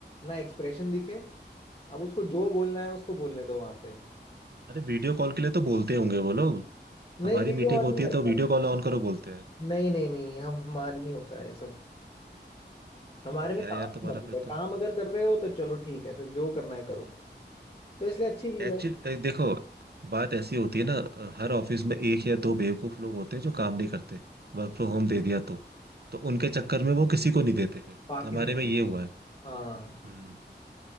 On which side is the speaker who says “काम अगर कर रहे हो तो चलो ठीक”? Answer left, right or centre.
Left